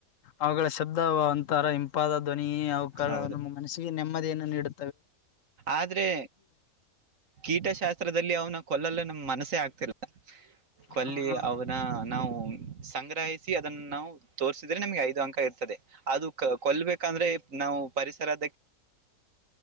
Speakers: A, on the left; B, on the right.
A: ಅವುಗಳ ಶಬ್ದ ಒಂತರ ಹಿಂಪಾದ ಧ್ವನಿ ಅವುಕಳ.
B: ಹೌದು
A: ಮನಸ್ಸಿಗೆ ನೆಮ್ಮದಿಯನ್ನು ನೀಡು
B: ಆದ್ರೆ ಕೀಟಶಾಸ್ತ್ರದಲ್ಲಿ ಅವ್ನ ಕೊಲ್ಲಲು ನಮ್ಮ ಮನಸ್ಸೆ ಆಗ್ತಿಲ್ಲಾ. ಕೊಲ್ಲಿ
A: ಹ
B: ಅವನ ನಾವು. ಸಂಗ್ರಹಿಸಿ ಅದನ್ನ ನಾವು ತೋರ್ಸಿದ್ರೆ ನಮ್ಗೆ ಐದು ಅಂಕ ಇರ್ತದೆ ಅದು. ಕೊಲ್ಬೇಕಾದ್ರೆ ನಾವು ಪರಿಸರದ.